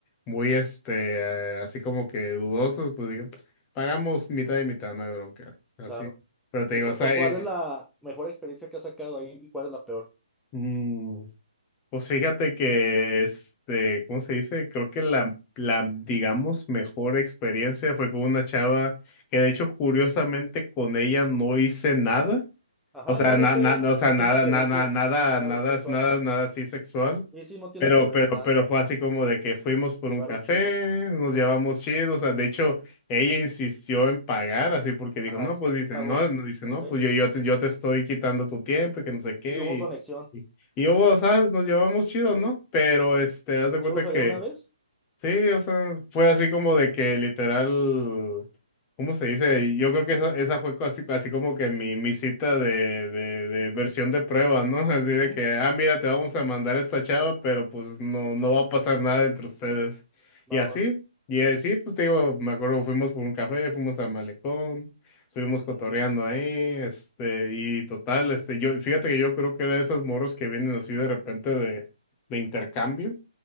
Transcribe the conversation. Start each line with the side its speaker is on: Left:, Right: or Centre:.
Left: muy, este, eh, así como que dudosos, pues digo, pagamos mitad y mitad, no hay bronca, así,
Centre: claro.
Left: pero te
Centre: ¿Y
Left: digo,
Centre: cu-
Left: o sea,
Centre: cu- cuál
Left: eh,
Centre: es la mejor experiencia que has sacado ahí y cuál es la peor?
Left: mm, pues fíjate que, este, ¿cómo se dice? Creo que la, la, digamos, mejor experiencia fue con una chava que de hecho, curiosamente, con ella no hice nada.
Centre: Ajá,
Left: O sea,
Centre: no, no
Left: na-
Centre: hay pedo,
Left: na- no, o sea,
Centre: no
Left: nada,
Centre: tiene que
Left: nada,
Centre: ver que,
Left: nada,
Centre: claro,
Left: nada,
Centre: sexual.
Left: nada, nada así sexual.
Centre: Y sí, no tiene
Left: Pero,
Centre: que ver
Left: pero,
Centre: nada,
Left: pero fue así como de que fuimos por
Centre: se llevaron
Left: un café,
Centre: chido.
Left: nos
Centre: Ajá,
Left: llevamos chido, o sea, de hecho, ella insistió en pagar, así porque dijo,
Centre: Ajá,
Left: no,
Centre: sí
Left: pues dice,
Centre: pagó,
Left: no, no, dice,
Centre: ok.
Left: no, pues yo, yo te, yo te estoy quitando tu tiempo y que no sé qué,
Centre: Y hubo conexión,
Left: y, y, y yo, o sea, nos llevamos chido,
Centre: ¿sí?
Left: ¿no? Pero, este, haz de
Centre: ¿Y
Left: cuenta
Centre: solo salieron
Left: que
Centre: una vez?
Left: Sí, o sea, fue así como de que literal, ¿cómo se dice? Yo creo que esa, esa fue casi, así como que mi, mi cita de, de, de versión de prueba, ¿no? <laughs> Así de
Centre: Ujú,
Left: que, ah, mira, te vamos a mandar esta chava, pero pues no, no
Centre: Sí,
Left: va a pasar nada entre ustedes.
Centre: va,
Left: Y así,
Centre: va.
Left: y así, pues te digo, me acuerdo, fuimos por un café, fuimos al malecón, estuvimos cotorreando
Centre: ujú.
Left: ahí, este, y total, este, yo, fíjate que yo creo que era de esas morros que vienen así de repente de, de intercambio